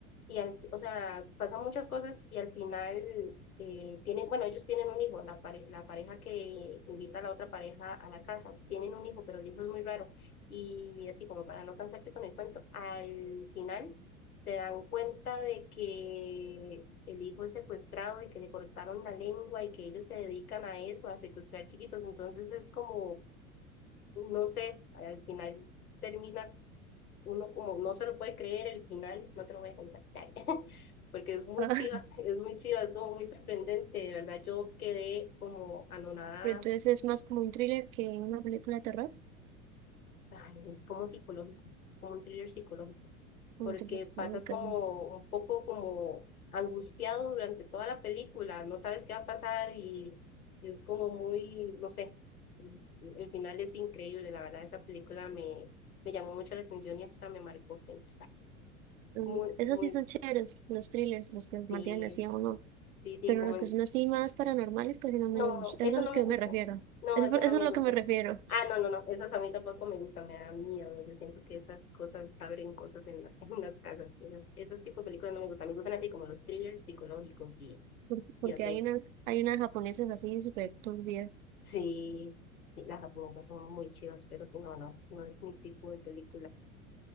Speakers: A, on the left (about 85°); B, on the right (about 65°).
A: y al- o sea, pasan muchas cosas y al final eh, tienen, bueno, ellos tienen un hijo, la, pare- la pareja que invita a la otra pareja a la casa, tienen un hijo, pero el hijo es muy raro. Y así como para no cansarte con el cuento, al final se dan cuenta de que el hijo es secuestrado y que le cortaron la lengua y que ellos se dedican a eso, a secuestrar chiquitos. Entonces es como, no sé, al final termina uno como no se lo puede creer el final, no te lo voy a contar, <laughs> porque es muy
B: Ah,
A: chiva,
B: <laughs>
A: es muy chiva, es como muy sorprendente, de verdad yo quedé como anonadada,
B: pero entonces es más como un thriller que una película de terror.
A: Ay, es como psicológico, es como un thriller psicológico,
B: Es como
A: porque
B: un thriller psicológico,
A: pasas como
B: ¿no?
A: un poco como angustiado durante toda la película, no sabes qué va a pasar y es como muy, no sé, es- el final es increíble, la verdad esa película me, me llamó mucho la atención y hasta me marcó, siento.
B: Mm,
A: Muy,
B: Esas
A: muy,
B: sí son chéveres, los thrillers, los que
A: sí,
B: mantienen así a uno.
A: Sí, sí,
B: Pero
A: como
B: los
A: en-
B: que son así más paranormales casi no me
A: No,
B: gustan.
A: eso
B: Esos son los
A: no
B: que
A: me
B: yo
A: gusta.
B: me refiero.
A: No,
B: Eso,
A: eso
B: fue-
A: no
B: eso
A: me
B: es lo
A: gusta.
B: que me refiero.
A: Ah, no, no, no, esas a mí tampoco me gustan, me da miedo. Yo siento que esas cosas abren cosas en, la- <laughs> en las casas. Esas, esos tipos de películas no me gustan. Me gustan así como los thrillers psicológicos y,
B: Por- Porque
A: y así.
B: hay unas, hay unas japonesas así súper turbias.
A: Sí, sí, las japonesas son muy chivas, pero sí, no, no, no es mi tipo de película